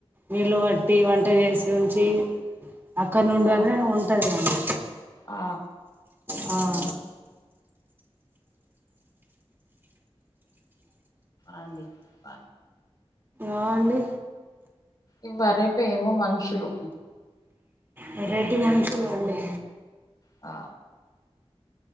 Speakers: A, on the right; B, on the left.
A: నీళ్ళు పట్టి వంట చేసి ఉంచి అక్కడ నుండి
B: ఆ
A: అనే ఉంటది ఆమె
B: ఆ
A: ఆ
B: అండి ప
A: ఆ అండి
B: ఇవ రేపు ఏమో మనుషులు
A: వెరైటి మనుషులండీ
B: ఆ